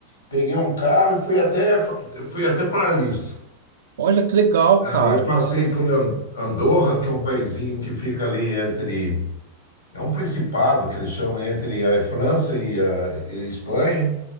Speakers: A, on the left; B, on the right.
A: peguei um carro e fui até, fui até Paris.
B: Olha que legal, cara.
A: Aí eu passei por An- Andorra, que é um paizinho que fica ali entre, é um principado que eles chamam entre a França e a, e a Espanha.